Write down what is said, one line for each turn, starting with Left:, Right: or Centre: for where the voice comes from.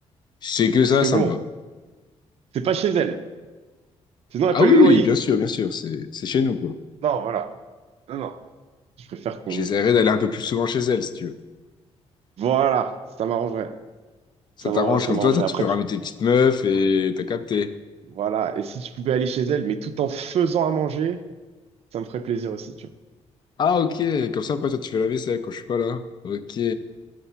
Left: Si C'est que
Right: Parce
Left: ça,
Right: que
Left: ça
Right: bon,
Left: me va.
Right: c'est pas chez elle. Sinon, elle
Left: Ah
Right: paye
Left: oui,
Right: le loyer.
Left: oui, bien sûr, bien sûr, c'est c'est chez nous, quoi.
Right: Non, voilà. Non, non. Je préfère qu'on...
Left: J'essaierai d'aller un peu plus souvent chez elle, si tu veux.
Right: Voilà, ça m'arrangerait.
Left: Ça
Right: Ça
Left: t'arrange,
Right: m'arrangerait, ça
Left: comme
Right: m'arrangerait.
Left: toi, toi, tu
Right: Après,
Left: peux ramener
Right: tu-
Left: tes petites meufs et t'as capté.
Right: voilà. Et si tu pouvais aller chez elle, mais tout en faisant à manger, ça me ferait plaisir aussi, tu
Left: Ah, ok, comme ça, après, toi, tu fais la vaisselle quand je suis pas là. Ok.